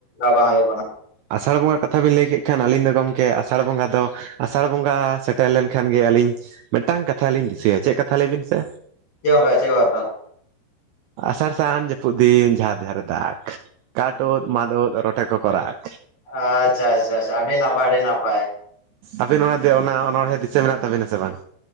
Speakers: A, on the left; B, on the right.
A: ᱵᱟᱝ ᱦᱩᱭᱩᱜ ᱠᱟᱱᱟ
B: ᱟᱥᱟᱲ ᱵᱚᱸᱜᱟ ᱠᱟᱛᱷᱟ ᱵᱤᱱ ᱞᱟᱹᱭ ᱠᱮᱫ ᱠᱷᱟᱱ ᱟᱞᱤᱧ ᱫᱚ ᱜᱚᱢᱠᱮ ᱟᱥᱟᱲ ᱵᱚᱸᱜᱟ ᱫᱚ ᱟᱥᱟᱲ ᱵᱚᱸᱜᱟ <unintelligible> ᱛᱟᱦᱮᱸ ᱞᱮᱱ ᱠᱷᱟᱱ ᱜᱮ ᱟᱹᱞᱤᱧ ᱢᱤᱫᱴᱟᱝ ᱠᱟᱛᱷᱟ ᱞᱤᱧ ᱫᱤᱥᱟᱹᱭᱟ ᱪᱮᱫ ᱠᱟᱛᱷᱟ ᱞᱟᱹᱭ ᱵᱤᱱ ᱥᱮ
A: <unintelligible>
B: ᱟᱥᱟᱲ ᱥᱟᱱ ᱡᱟᱹᱯᱩᱫ ᱫᱤᱱ ᱡᱷᱟᱨ ᱡᱷᱟᱨ ᱮ ᱫᱟᱜᱽ ᱠᱟᱴ ᱳᱫ ᱢᱟᱫ ᱳᱫ ᱨᱚᱴᱮᱼᱼ ᱨᱚᱴᱮ ᱠᱚ ᱠᱚ ᱨᱟᱜ
A: ᱟᱪᱪᱷᱟ ᱟᱪᱪᱷᱟ ᱟᱪᱪᱷᱟ ᱟᱹᱰᱤ ᱱᱟᱯᱟᱭ ᱟᱹᱰᱤ ᱱᱟᱯᱟᱭ
B: ᱟᱹᱵᱤᱱ ᱚᱱᱟ ᱚᱱᱟ ᱚᱱᱚᱬᱦᱮᱸ ᱫᱤᱥᱟᱹ ᱢᱮᱱᱟᱜ ᱛᱟᱵᱤᱱᱟ ᱥᱮ ᱵᱟᱝ